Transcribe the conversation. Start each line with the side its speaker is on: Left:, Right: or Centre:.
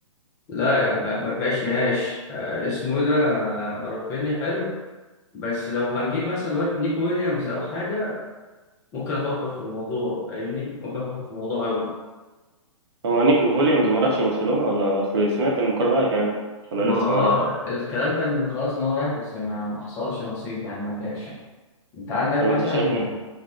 Left: لا يعني ما ما فيهاش نقاش آه، اسمه ده آه، رافينيا حلو بس لو هنجيب مثلا واد نيكو ويليامز او حاجه ممكن افكر في الموضوع فاهمني ممكن افكر في الموضوع قوي
Right: هو نيكو ويليامز ما راحش برشلونة ولا اصل سمعت ان كان رايح يعني ولا
Left: ما
Right: لسه
Left: آه،
Right: ما راحش
Left: الكلام كان خلاص ان هو رايح بس ما ما حصلش نصيب يعني ما جاش انت عندك
Right: طب
Left: مثلا
Right: انت شايف مين